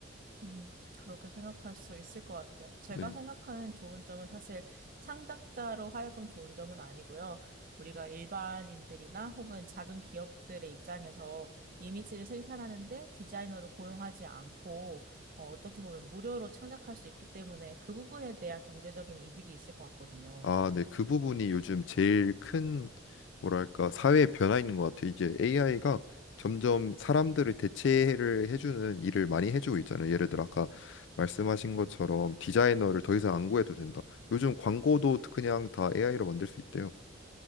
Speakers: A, on the right; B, on the left.
A: 음, 그렇게 생각할 수 있을 것 같아요. 제가
B: 네.
A: 생각하는 좋은 점은 사실 창작자로 하여금 좋은 점은 아니고요. 우리가 일반인들이나 혹은 작은 기업들의 입장에서 이미지를 생산하는데 디자이너를 고용하지 않고 어, 어떻게 보면 무료로 창작할 수 있기 때문에 그 부분에 대한 경제적인 이득이 있을 것 같거든요.
B: 아, 네. 그 부분이 요즘 제일 큰 뭐랄까 사회의 변화인 것 같아요. 이제 AI가 점점 사람들을 대체를 해주는 일을 많이 해주고 있잖아요. 예를 들어 아까 말씀하신 것처럼 디자이너를 더 이상 안 구해도 된다. 요즘 광고도 그냥 다 AI로 만들 수 있대요.